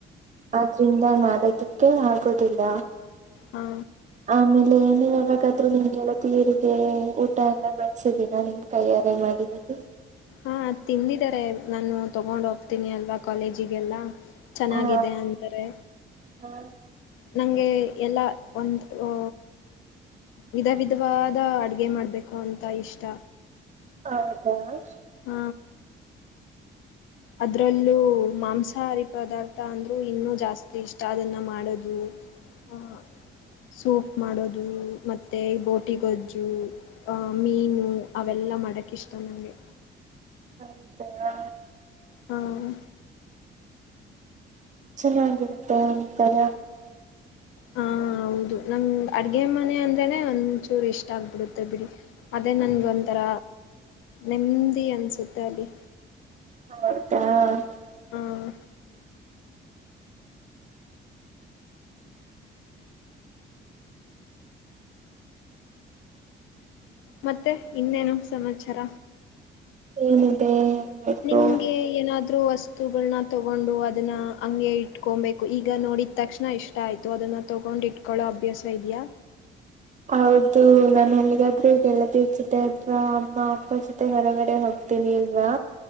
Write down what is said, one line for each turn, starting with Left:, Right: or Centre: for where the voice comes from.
Right: ಆದ್ರಿಂದ ಮಾಡೋದಿಕ್ಕೆ ಆಗೋದಿಲ್ಲ
Left: ಹಾ
Right: ಆಮೇಲೆ. ನೀವ್ ಯಾವಾಗದ್ರೂ ನಿಮ್ ಗೆಳತಿಯರಿಗೆ ಊಟ ಎಲ್ಲ ಬೆಡ್ಸಿದ್ದೀರಾ ನಿಮ್ಮ್ ಕೈಯಾರೆ ಮಾಡಿರದು.
Left: ಹಾ ತಿಂದಿದ್ದಾರೆ ನಾನು ತಗೊಂಡ್ ಹೋಗ್ತೀನಿ ಅಲ್ವಾ ಕಾಲೇಜಿಗೆಲ್ಲ. ಚೆನ್ನಾಗಿದೆ
Right: ಹಾ
Left: ಅಂತರೆ.
Right: ಹಾ
Left: ನನ್ಗೆ ಎಲ್ಲ ಒಂದ್ ಅ ವಿಧ ವಿಧವಾದ ಅಡ್ಗೆ ಮಾಡ್ಬೇಕು ಅಂತ ಇಷ್ಟ.
Right: ಹೌದಾ.
Left: ಆ ಅದ್ರಲ್ಲೂ ಮಾಂಸಾಹಾರಿ ಪದಾರ್ಥ ಅಂದ್ರು ಇನ್ನು ಜಾಸ್ತಿ ಇಷ್ಟ ಅದನ್ನ ಮಾಡೋದು ಆ ಸೂಪ್ ಮಾಡೋದು ಮತ್ತೆ ಬೋಟಿಗೊಜ್ಜು ಅ ಮೀನು ಅವೆಲ್ಲಾ ಮಾಡಕ್ ಇಷ್ಟ ನಂಗೆ.
Right: ಹೌದಾ.
Left: ಹ್ಮ.
Right: ಚೆನ್ನಾಗಿರುತ್ತೆ ಒಂತರ
Left: ಹಾಂ ಹೌದು ನಮ್ ಅಡ್ಗೆ ಮನೆ ಅಂದ್ರೇನೆ ಒಂಚೂರ್ ಇಷ್ಟ ಆಗ್ಬಿಡುತ್ತೆ ಬಿಡಿ. ಅದೇ ನನ್ಗ್ ಒಂಥರ ನೆಮ್ಮದಿ ಅನ್ಸುತ್ತೆ ಅಲ್ಲಿ.
Right: <unintelligible>
Left: ಆಂ ಮತ್ತೆ ಇನ್ನೇನು ಸಮಾಚಾರ?
Right: ಏನಿದೆ? ಹೇಳ್ಬೇಕು
Left: ನಿಮ್ಗೆ ಏನಾದ್ರೂ ಹೊಸ್ ಗುಳ್ನ ತಗೊಂಡು ಅದುನ್ನ ಅಂಗೆ ಇಟ್ಕೊಬೇಕು ಈಗ ನೋಡಿದ ತಕ್ಷಣ ಇಷ್ಟ ಆಯ್ತು ಅದುನ್ನ ತಗೊಂಡ್ ಇಟ್ಕೊಳ್ಳೋ ಅಭ್ಯಾಸ ಇದ್ಯಾ?
Right: ಹೌದು ನಾನ್ ಎಲ್ಗಾದ್ರು ಗೆಳತಿರ್ ಜೊತೆ ಅಥವಾ ಅಮ್ಮ ಅಪ್ಪ ಜೊತೆ ಹೊರಗಡೆ ಹೋಗ್ತೀನಿ ಇಲ್ವಾ